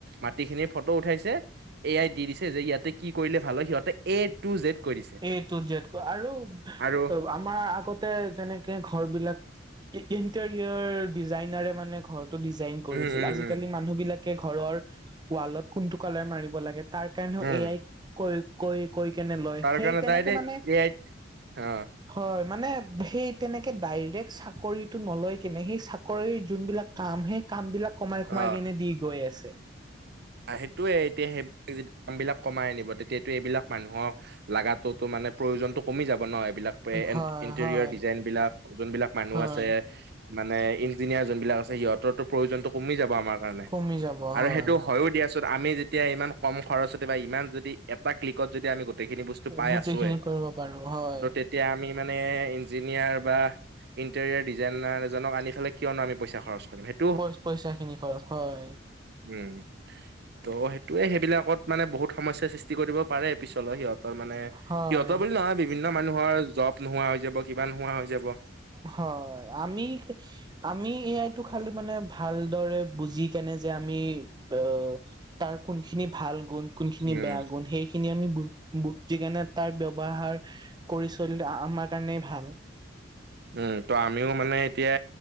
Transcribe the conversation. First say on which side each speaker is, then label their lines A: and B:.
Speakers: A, on the right; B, on the right.
A: মাটিখিনিৰ ফটো উঠাইছে এ আই দি দিছে যে ইয়াতে কি কৰিলে ভাল হয়? সিহতে এ টু জেদ কৈ দিছে।
B: এ টো জেদ ক আৰু
A: আৰু
B: <unintelligible> আমাৰ আগতে তেনেকে ঘৰবিলাক ই ইণ্টেৰিয়ৰ ডিজাইনাৰে মানে ঘৰ টো ডিজাইন কৰিছিল,
A: উম উম
B: আজিকালি
A: উম
B: মানুহবিলাকে ঘৰৰ ৱালত কোনটো কালাৰ মাৰিব লাগে তাৰ কাৰণেও
A: উম
B: এয়াই ক, কৈ-কৈ কেনে লয়।
A: সেই
B: তেনেকে
A: কাৰণে
B: মানে
A: ডাইৰেক্ট, এই আই।
B: হয় মানে সেই তেনেকে ডাইৰেক্ট চাকৰিটো নলয় কেনে সেই চাকৰিৰ যোনবিলাক কাম সেই কাম বিলাক কমাই কমাই
A: অ
B: কেনে দি গৈ আছে।
A: সেইটোয়ে এতিয়া সেই যি বিলাক কমাই আনিব তেতিয়োটো এইবিলাক মানুহক লাগাতোটো মানে প্ৰয়োজনতো কমি যাব ন এইবিলাক।
B: হয়
A: ইন্টেৰিয়ৰ
B: হয়
A: ডিজাইন বিলাক যোনবিলাক মানুহ
B: হয়
A: আছে। মানে ইঞ্জিনিয়াৰ যোনবিলাক আছে সিহঁতৰটো প্ৰয়োজনটো কমি যাব আমাৰ কাৰণে
B: কমি যাব
A: আৰু
B: হয়।
A: সেই হয়ো দিয়াচোন আমি যেতিয়া ইমান কম খৰচতে বা ইমান যদি এটা ক্লিকত যদি আমি গোটেইখিনি বস্তু পাই
B: গোটেইখিনি
A: আছোয়ে,
B: কৰিব পাৰো হয়।
A: ত' তেতিয়া আমি মানে ইঞ্ছিনিয়াৰ বা ইণ্টেৰিয়াৰ ডিজাইনাৰজনক আনি পেলাই কিয়নো আমি পইচা খৰচ কৰিম, সেই
B: পই-পইচা খিনি খৰচ হয়।
A: উম, ত' সেইটোয়ে সেইবিলাকত মানে বহুত সমস্যাৰ সৃষ্টি কৰিব পাৰে পিছলৈ সিহঁত সিহঁতৰ মানে,
B: হয়
A: সিহঁতৰ বুলি নহয় বিভিন্ন মানুহৰ জব নোহোৱা হৈ যাব কিবা নোহোৱা হৈ যাব।
B: হয় আমি আমি এ আইটো খালি মানে ভালদৰে বুজি কেনে যে আমি, আহ', - তাৰ কোনখিনি ভাল গুণ কোনখিনি
A: উম
B: বেয়া গুণ সেই খিনি আমি বু-বুজি কেণে তাৰ ব্যৱহাৰ, কৰি চলিলে আমাৰ কাৰণেই ভাল।
A: উম, ত' আমিও মানে এতিয়া,